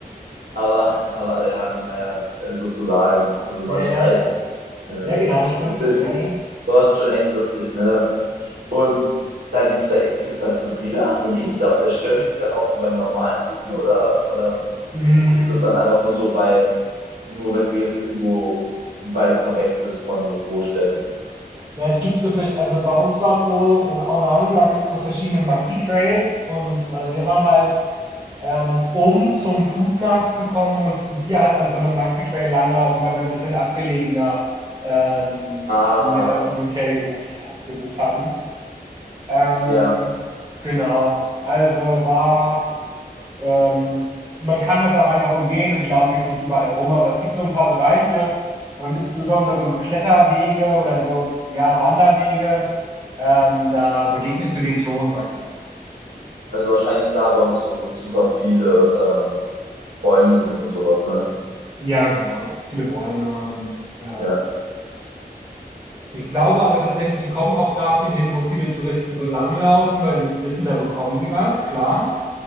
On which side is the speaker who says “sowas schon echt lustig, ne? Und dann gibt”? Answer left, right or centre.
Right